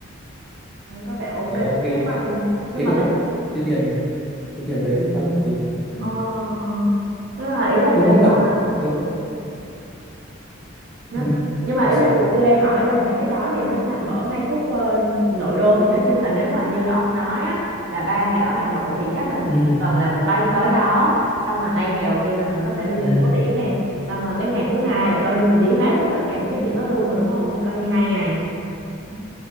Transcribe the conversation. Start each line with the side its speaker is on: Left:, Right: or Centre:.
Right: Đấy, có vẻ ok
Centre: ở cái
Right: nhưng mà
Centre: cái
Right: nhưng
Centre: cái
Right: mà
Centre: địa
Right: cái
Centre: địa điểm địa điểm đấy cũng khá nổi tiếng ừ.
Right: ờ ờ nhưng mà ý là nếu
Centre: tôi nghĩ là
Right: mà
Centre: với
Right: nó
Centre: ừ.
Right: nhưng mà
Centre: làm
Right: ý
Centre: sao
Right: là tôi, tôi đang hỏi là mấy cái đó thì nó nằm ở ngay khúc ờ, nội đô thì nói chung là nếu mà như ông nói á, là ba ngày ở Hà Nội thì chắc là mình
Centre: ừ.
Right: chỉ cần là mình bay tới đó xong là ngay ngày đầu tiên là mình có thể đi một
Centre: Ừ.
Right: số điểm nè xong rồi cái ngày thứ hai là coi như mình đi hết được tất cả những cái điểm đó luôn rồi đúng không là coi như hai ngày
Centre: Ừ.